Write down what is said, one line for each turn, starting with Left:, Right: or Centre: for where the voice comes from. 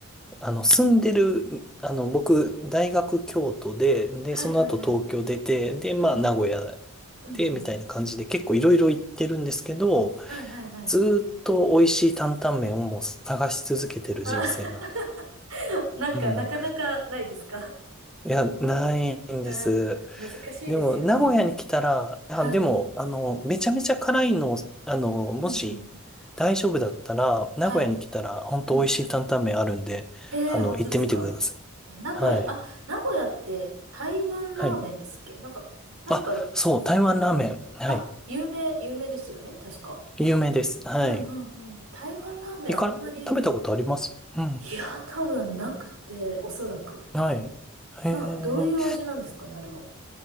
Centre: あの、住んでる、あの、僕、大学京都で、で、
Right: はいはいはい。
Centre: その後東京出て、で、まあ、
Right: うんうん。
Centre: 名古屋
Right: うんうん。
Centre: で、みたいな感じで、結構いろいろ行ってるんですけど、
Right: はいはいはい。
Centre: ずーっと美味しい担々麺をもう探し続けてる人生なんで。
Right: あ <laughs> なんか、
Centre: うん。
Right: なかなかないですか
Centre: いや、ないんです。
Right: <laughs> ああ、難しいですよね。
Centre: でも、名古屋に来たら、あ、
Right: はい。
Centre: でも、あの、めちゃめちゃ辛いのを、あの、もし、
Right: うんうん。
Centre: 大丈夫だったら、名古屋に来たら、
Right: はい。
Centre: 本当美味しい担々麺あるんで、
Right: うん。ええ本当ですか。
Centre: あの、行ってみてください。
Right: え名古屋、
Centre: はい。
Right: あ、名古屋って台湾ラーメンですっけなんか、
Centre: はい。
Right: なんか、
Centre: あ、そう、台湾ラーメン。はい。
Right: あ、有名、有名ですよね確か。
Centre: 有名です。はい。
Right: うんうんうん。台湾ラーメンあんまり、
Centre: いか、食べたことありますうん。
Right: いやー、多分なくて、おそらく。
Centre: はい。へえ。
Right: な、どういう味なんですかねあれは。